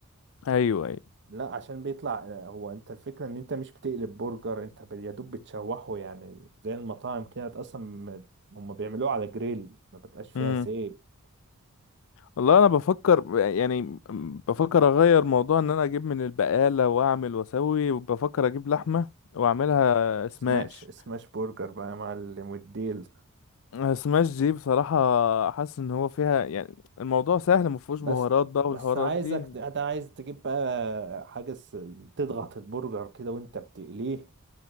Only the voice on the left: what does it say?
ايوه ايوه
امم
والله انا بفكر يعني بفكر اغير موضوع ان انا اجيب من البقالة واعمل واسوي وبفكر اجيب لحمة واعملها سماش
آه، سماش دي بصراحة حاسس ان هو فيها يعني الموضوع سهل مفهوش
بهارات بقى
والحوارات
دي